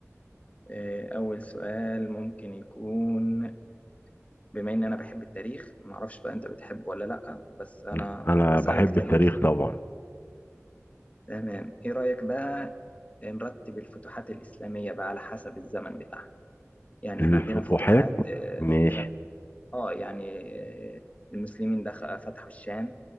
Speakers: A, on the left; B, on the left.
A: آه، اول سؤال ممكن يكون بما ان انا بحب التاريخ ما اعرفش بقى انت بتحبه ولا لا بس انا
B: مم. انا
A: هسالك
B: بحب
A: تاريخ
B: التاريخ طبعا
A: تمام ايه رايك بقى نرتب الفتوحات الاسلاميه بقى على حسب الزمن بتاعها يعني
B: الفتوحات
A: احنا عندنا فتوحات آه،
B: ماشي
A: في اه يعني آه، المسلمين دخل فتحوا الشام